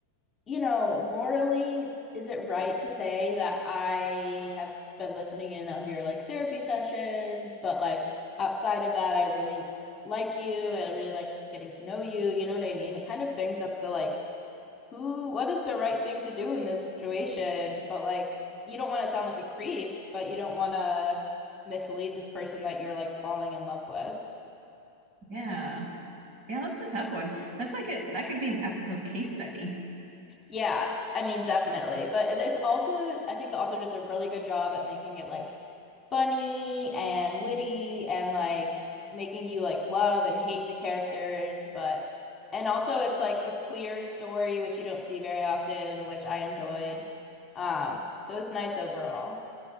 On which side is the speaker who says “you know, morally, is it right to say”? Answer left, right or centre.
Left